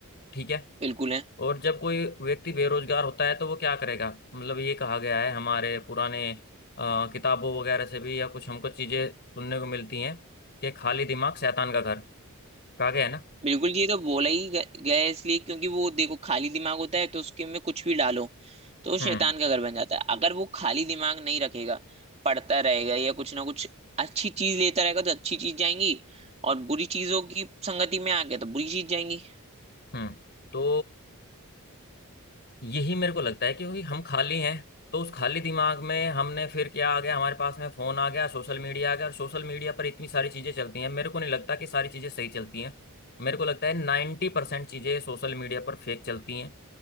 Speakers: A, on the left; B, on the right.
A: ठीक है
B: बिल्कुल है
A: और जब कोई व्यक्ति बेरोजगार होता है तो वो क्या करेगा मतलब ये कहा गया है हमारे पुराने अ, किताबों वगैरह से भी या कुछ हमको चीजें सुनने को मिलती हैं कि खाली दिमाग शैतान का घर कहा गया है ना
B: बिल्कुल ये तो बोला ही ग- गया है इसलिए क्योंकि वो देखो खाली दिमाग होता है तो उसके में कुछ भी डालो तो वो
A: हम्म
B: शैतान का घर बन जाता है अगर वो खाली दिमाग नहीं रखेगा पढ़ता रहेगा या कुछ ना कुछ अच्छी चीज लेता रहेगा तो अच्छी चीज जाएंगी और बुरी चीजों की संगति में आ गया तो बुरी चीज जाएंगी
A: हम्म तो यही मेरे को लगता है क्योंकि हम खाली हैं तो उस खाली दिमाग में हमने फिर क्या आ गया हमारे पास में फोन आ गया सोशल मीडिया आ गया और सोशल मीडिया पर इतनी सारी चीजें चलती हैं मेरे को नहीं लगता कि सारी चीजें सही चलती हैं मेरे को लगता है नाइन्टी परसेंट चीजें सोशल मीडिया पर फेक चलती हैं